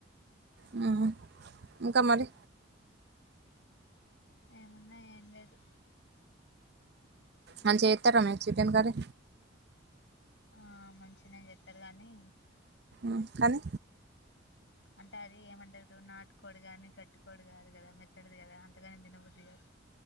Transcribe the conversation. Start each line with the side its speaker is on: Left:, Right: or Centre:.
Right: మ్మ్ హ్మ్ ఇంకా మరి
Left: ఏమున్నాయ్ ఏం లేదు
Right: అని చేత్తారా మే చికెన్ కర్రీ
Left: ఆ మంచిదని చెప్పారు కానీ
Right: మ్మ్ కానీ
Left: అంటే అది ఏమంటారు నాటుకోడి గాని గట్టికోడి కాదు కదా మెత్తడిది కదా అంతగాను తినబుద్ధిగాదు